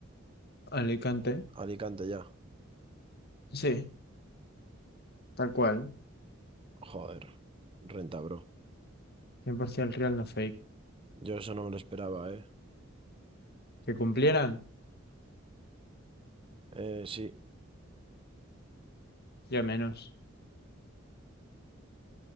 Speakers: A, on the left; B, on the right.
A: Alicante,
B: Alicante ya.
A: sí, tal cual.
B: Joder, renta, bro.
A: cien por ciento el real, no fake.
B: Yo eso no me lo esperaba, ¿eh?
A: Que cumplieran,
B: Eh, sí,
A: ya menos.